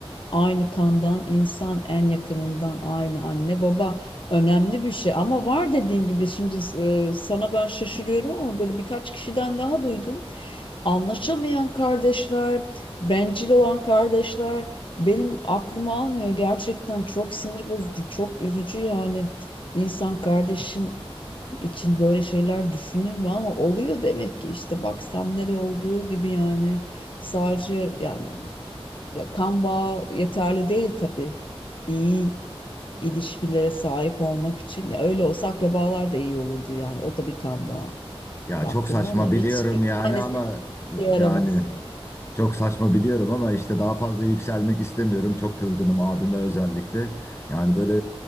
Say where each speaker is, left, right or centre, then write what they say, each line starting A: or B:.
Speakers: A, on the left; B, on the left.
A: Aynı kandan insan en yakınından aynı anne baba önemli bir şey ama var dediğin gibi şimdi e, sana ben şaşırıyorum ama böyle birkaç kişiden daha duydum. Anlaşamayan kardeşler, bencil olan kardeşler benim aklıma almıyor. Gerçekten çok sinir bozucu, çok üzücü yani. Bir insan kardeşin için böyle şeyler düşünür mü ama oluyor demek ki işte bak ne de olduğu gibi yani sadece yani ya kan bağı yeterli değil tabii. İyi ilişkilere sahip olmak için ya öyle olsa akrabalar da iyi olurdu yani o da bir kan bağı
B: Ya
A: baktığında
B: çok saçma
A: ama
B: biliyorum
A: hiç bir
B: yani
A: tanesi
B: ama
A: işe yaramaz.
B: yani çok saçma biliyorum ama işte daha fazla yükselmek istemiyorum. Çok kızgınım abime özellikle. Yani böyle